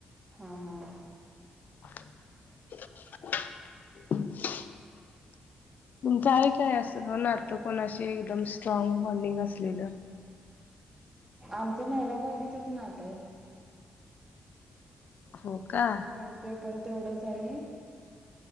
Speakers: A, on the right; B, on the left.
A: हा हा!
B: <inaudible> तुमचं आहे काय असं नात, कोणाशी एकदम स्ट्रॉंग बाँडिंग असलेलं.
A: आमचं नवरा बाईकोचच नात आहे.
B: हो! का
A: आणि भांडतोय पण तेवढंच आणि.